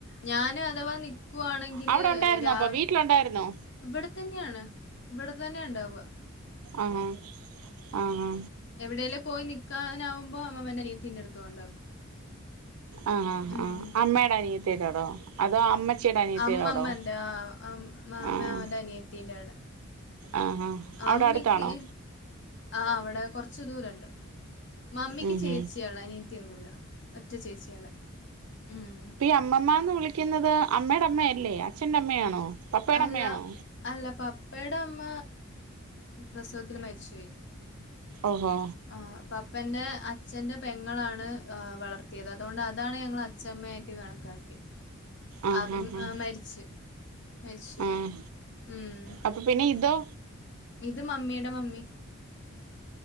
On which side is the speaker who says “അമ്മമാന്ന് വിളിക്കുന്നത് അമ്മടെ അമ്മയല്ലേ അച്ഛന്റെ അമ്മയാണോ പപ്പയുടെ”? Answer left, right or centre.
Right